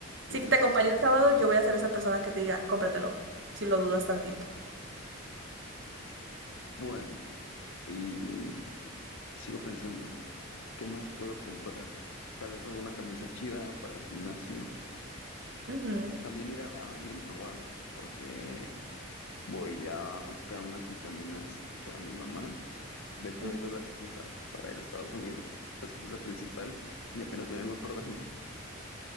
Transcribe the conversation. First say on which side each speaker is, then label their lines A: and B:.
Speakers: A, on the right; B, on the left.
A: Si
B: es
A: te acompaño el sábado, yo voy a ser esa persona que te diga, cómpratelo, si lo dudas tantito.
B: bueno. Y sigo pensando, ¿qué más puedo comprar? Tal vez alguna camisa chida para el gimnasio.
A: Ujú.
B: También ir a- ah, iremos a Walmart porque Voy a buscar unas vitaminas para mi mamá. De hecho,
A: Ujú.
B: esa es la excusa para ir a Estados Unidos. La excusa principal y apenas me vengo acordando. <laughs>